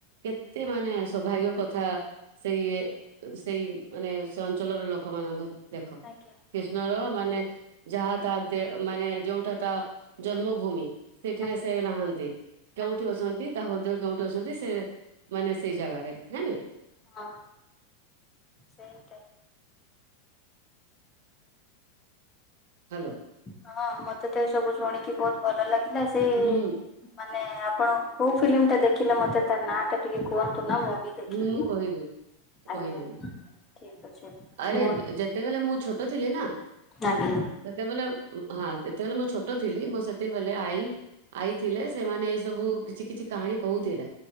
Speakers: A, on the right; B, on the left.
A: କେତେ ମାନେ ସୌଭାଗ୍ୟ କଥା ସେଇ ସେଇ ମାନେ ସେ ଅଞ୍ଚଳର ଲୋକମାନାନଙ୍କ। ଦେଖ
B: ଆଜ୍ଞା
A: କୃଷ୍ଣର
B: ଆଜ୍ଞା
A: ମାନେ ଯାହା ତା ଦେ ମାନେ ଯୋଉଟା ତା ଜନ୍ମଭୂମି ସେଠିରେ
B: ଆଜ୍ଞା
A: ସେ ନାହାନ୍ତି କେଉଠି
B: ଆଜ୍ଞା
A: ଅଛନ୍ତି ତା ହୃଦୟ କେଉଠି ଅଛନ୍ତି ସେ ମାନେ ସେଇ ଜାଗାରେ <unintelligible>
B: ହଁ ସେଇଟା।
A: ହ୍ୟାଲୋ।
B: ହଁ ମତେ ତ ଏ ସବୁ ଶୁଣିକି ବହୁତ ଭଲ ଲାଗେ। ପଥିଲା <unintelligible> ସେଇ
A: ହୁଁ
B: ମାନେ ଆପଣ କୋଉ ଫିଲ୍ମ ଟା ଦେଖ ଦେଖିଲେ ମତେ ତା ନାଁ ଟା ଟିକେ କୁହନ୍ତୁ ନା ମୁଁ ବି ଦେଖିବି
A: ହୁଁ ମୁଁ କହିବି କହିଦେବି
B: ଆଜ୍ଞା ଠିକ ଅଛି
A: ଆରେ
B: ମୁଁ
A: ଯେତେବେଳେ ମୁଁ ଛୋଟ ଟ ଥିଲି ନା
B: ଆଜ୍ଞା
A: ସେତେବେଳେ ହଁ। ଯେତେବେଳେ ମୁଁ ଛୋଟ ଥିଲି ମୋ ସେ ସେତେବେଲେ ଆଈ ଆଈ ଥିଲେ ସେମାନେ ସବୁ କିଛି କିଛି କାହାଣୀ କହୁଥିଲେ।